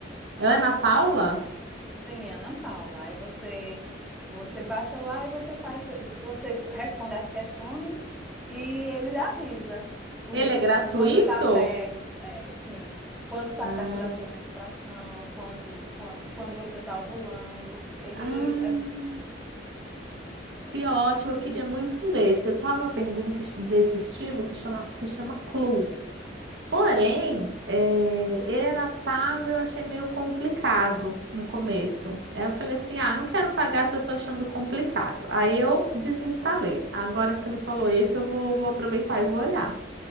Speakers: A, on the right; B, in the centre.
A: Ana Paula?
B: tem Ana Paula. Aí você você baixa lá e você faz, você responde as questões e ele avisa o
A: Ele
B: di-
A: é gratuito?
B: quando está perto, é, sim, quando está
A: Ah,
B: perto da sua menstruação, quando, quan- quando, você está ovulando. Ele
A: ah,
B: é, é,
A: que ótimo, eu queria muito um desse. Eu tava vendo um que- desse estilo que chama, que chama Clue. Porém, eh, ele era pago e eu achei meio complicado no começo. Aí eu falei assim: ah, não quero pagar se eu tô achando complicado. Aí eu desinstalei. Agora que você me falou isso, eu vou, vou aproveitar e vou olhar.